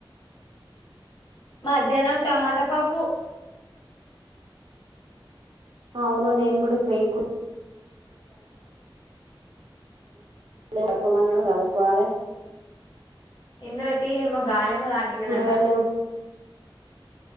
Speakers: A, on the left; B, on the right.
A: మధ్యాహ్నం టమాటా పప్పు
B: అవును నేను కూడాడి బ అకు మన్న తదుకోవాల
A: ఇందరకిమో గాాల
B: కూరగాయలు
A: ాంటా